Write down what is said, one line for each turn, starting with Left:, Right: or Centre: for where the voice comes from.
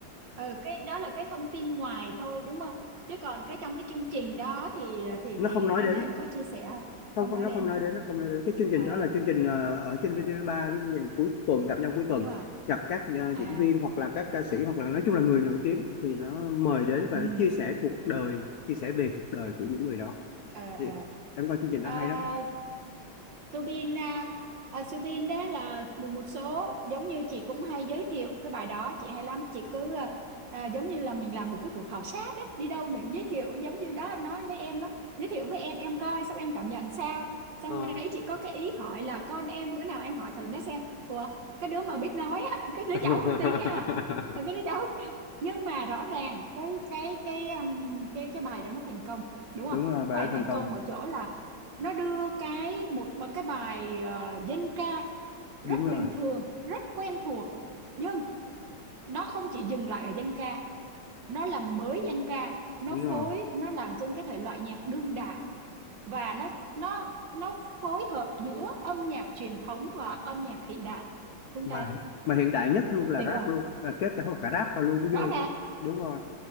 Right: ờ, ừ, cái đó là cái thông tin ngoài thôi đúng không? Chứ còn cái trong cái chương trình đó thì thì
Left: nó
Right: thì
Left: không
Right: anh
Left: nói đến
Right: đó anh có chia sẻ không?
Left: không
Right: Không
Left: không
Right: nói
Left: nó
Right: đến
Left: không nói
Right: hả?
Left: đến nó không nói đến cái chương trình
Right: À,
Left: đó là chương trình ờ, ở trên VTV3 cái chương trình cuối tuần gặp nhau cuối tuần
Right: đúng rồi.
Left: gặp các ờ,
Right: À,
Left: diễn viên hoặc là các ca sĩ hoặc là nói chung là người nổi tiếng thì nó mời đến và
Right: ừ.
Left: nó chia sẻ cuộc đời chia sẻ về cuộc đời của những người đó
Right: Ờ,
Left: thì
Right: ờ.
Left: em coi chương trình đó
Right: À,
Left: hay lắm
Right: Subin à, à, Subin đó là một, một số giống như chị cũng hay giới thiệu cái bài đó chị hay lắm chị cứ à, à, giống như là mình làm một cái cuộc khảo sát á đi đâu mình giới thiệu giống như đó nói với em đó giới thiệu với em em coi xong em cảm nhận sao xong
Left: Ờ,
Right: đấy chị có cái ý hỏi là con em bữa nào em hỏi thử nó xem ủa cái đứa mà biết nói á, cái đứa
Left: <laughs>
Right: cháu không tính nha Ờ, cái đứa cháu <laughs> nhưng mà rõ ràng cái cái cái um, cái cái bài đó nó thành công đúng
Left: đúng
Right: không cái
Left: rồi bà
Right: bài
Left: đã thành
Right: thành
Left: công
Right: công ở chỗ là nó đưa cái một cái bài ờ, dân ca rất
Left: đúng rồi
Right: bình thường rất quen thuộc nhưng nó không chỉ dừng lại ở dân ca nó làm mới dân ca nó
Left: đúng
Right: phối
Left: rồi
Right: nó làm trên cái thể loại nhạc đương đại và nó nó nó phối hợp giữa âm nhạc truyền thống và âm nhạc hiện đại phương
Left: mà
Right: Tây
Left: mà hiện đại nhất luôn là
Right: tuyệt
Left: rap
Right: vời
Left: luôn là kết cả hộp cả rap vào luôn mới
Right: rõ
Left: ghê
Right: ràng
Left: chứ đúng rồi